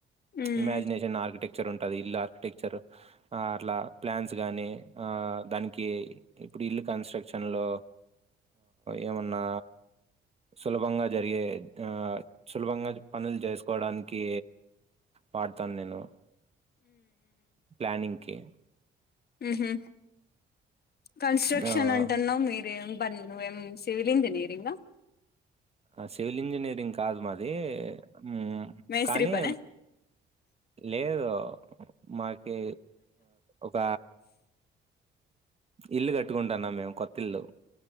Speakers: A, on the left; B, on the right.
A: మ్మ్
B: ఇమజినేషన్ ఆర్కిటెక్చర్ ఉంటది ఇల్ ఆర్కిటెక్చర్ ఆ ట్లా ప్లాన్స్ గాని ఆ దానికి ఇల్లు కన్స్ట్రక్షన్ లో ఏమన్నా సులభంగా జరిగే ఆ సులభంగా పనులు చేసుకోవడానికి వాడతాను నేను ప్లానింగ్కి
A: ఉ హు కన్స్ట్రక్షన్
B: ఆహ్
A: అంటన్నావ్ మీరేం బంద నువ్ ఎం సివిల్ ఇంజినీరింగా
B: ఆ సివిల్ ఇంజనీరింగ్ కాదు మాది ఉమ్
A: మేస్త్రీ
B: కానీ
A: పనా
B: లేదు మాకి ఒక ఇల్లు కట్టుకుంటాన్నాం మేం కొత్త ఇల్లు